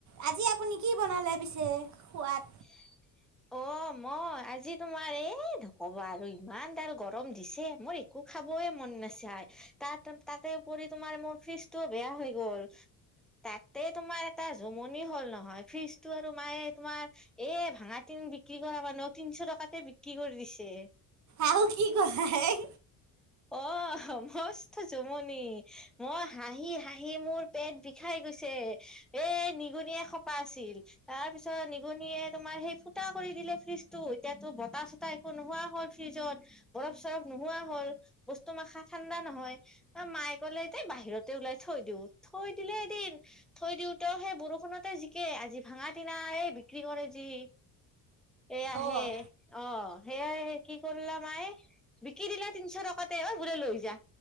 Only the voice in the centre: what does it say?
<inaudible> অ মই, আজি তোমাৰ এই নক'বা আৰু ইমান ডাল গৰম দিছে। মোৰ একো খাবই মন নাচায়। তাত তাতে ওপৰি তোমাৰ মোৰ ফিজটোও বেয়া হৈ গ'ল। তাতে তোমাৰ এটা জমনি হ'ল নহয়। ফিজটো আৰু মায়ে তোমাৰ এ ভাঙা টিন বিক্ৰী কৰা মানুহক তিনচ' টকাতে বিক্ৰী কৰি দিছে।
অ, মস্ত জমনি। মই হাঁহি হাঁহি মোৰ পেট বিষাই গৈছে। এ নিগনি‌ এসোপা আছিল। তাৰ পিছত নিগনিয়ে তোমাৰ সেই ফু ফুটা কৰি দিলে ফ্ৰিজটো। এতিয়াতো বতাহ-চতাহ একো নোহোৱা হ'ল ফ্ৰিজত। বৰফ-চৰফ নোহোৱা হ'ল। বস্তু মাখা ঠাণ্ডা নহয়। মায়ে ক'লে দে বাহিৰতে ওলাই থৈ দিওঁ, থৈ দিলে এদিন। থৈ দিওঁতেও সেই বৰষুণতে জিকে। আজি ভাঙা টিনা এ বিক্ৰী কৰে যি এ আহে।
অ সেইয়া কি কৰলা মাই বিকি দিলে তিনচ' টকাতে। অ বোলে লৈ যা।